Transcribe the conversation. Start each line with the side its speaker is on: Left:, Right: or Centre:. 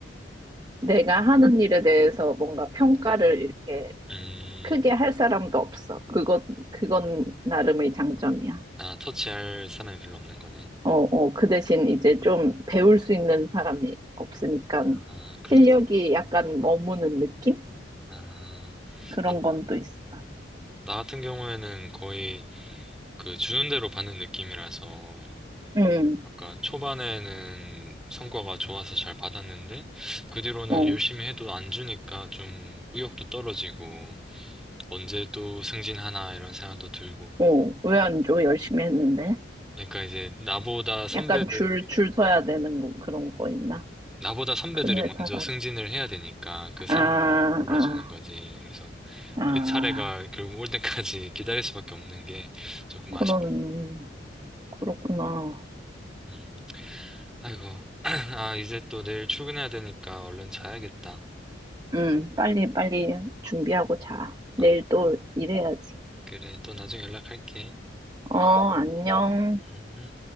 Right: 내가 하는 일에 대해서 뭔가 평가를 이렇게
Centre: 음.
Right: 크게 할 사람도 없어. 그것, 그건 나름의 장점이야.
Centre: 아, 터치할 사람이 별로 없는 거네.
Right: 어, 어, 그 대신 이제 좀 배울 수 있는 사람이 없으니까
Centre: 아, 그렇지.
Right: 실력이 약간 머무는 느낌?
Centre: 아,
Right: 그런
Centre: 나,
Right: 건 또 있어.
Centre: 나 같은 경우에는 거의 그 주는 대로 받는 느낌이라서
Right: 응,
Centre: 약간 초반에는 성과가 좋아서 잘 받았는데 그 뒤로는
Right: 어,
Centre: 열심히 해도 안 주니까 좀 의욕도 떨어지고 언제 또 승진하나 이런 생각도 들고
Right: 어, 왜 안 줘? 열심히 했는데.
Centre: 그러니까 이제 나보다 선배들이
Right: 약간 줄, 줄 서야 되는 거, 그런 거 있나?
Centre: 나보다 선배들이
Right: 큰 회사라서.
Centre: 먼저 승진을 해야 되니까 그 사람들한테
Right: 아,
Centre: 몰아주는
Right: 아,
Centre: 거지. 그래서
Right: 아,
Centre: 내 차례가 결국 올 때까지 <laughs> 기다릴 수밖에 없는 게 조금
Right: 그런,
Centre: 아쉽다.
Right: 그렇구나.
Centre: 음. 아이고. <clears throat> 아, 이제 또 내일 출근해야 되니까 얼른 자야겠다.
Right: 응, 빨리, 빨리 준비하고 자. 내일
Centre: 아,
Right: 또 일해야지.
Centre: 그래. 또 나중에 연락할게.
Right: 어, 안녕.
Centre: 음.